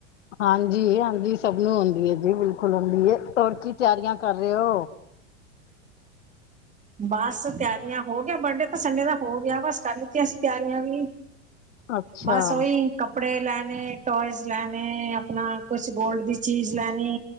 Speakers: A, on the left; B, on the right.
A: ਹਾਂਜੀ-ਹਾਂਜੀ ਸਭ ਨੂੰ ਹੁੰਦੀ ਏਜੀ ਬਿਲਕੁਲ ਹੁੰਦੀਏ। ਹੋਰ ਕੀ ਤਿਆਰੀਆਂ ਕਰ ਰੇਓ?
B: ਬਸ, ਤਿਆਰੀਆਂ ਹੋ ਗਿਆ ਬਰਡੇ ਸੰਡੇ ਦਾ ਹੋ ਗਿਆ ਬਸ, ਕਰ ਲਿੱਤੀਆਂ ਅਸੀਂ ਤਿਆਰੀਆਂ ਵੀ
A: ਅੱਛਾ
B: ਬਸ, ਓਇ। ਕੱਪੜੇ ਲੈਨੇ, ਟੋਏਸ ਲੈਨੇ, ਅਪਣਾ ਕੁਛ ਗੋਲਡ ਦੀ ਚੀਜ਼ ਲੈਨੀ।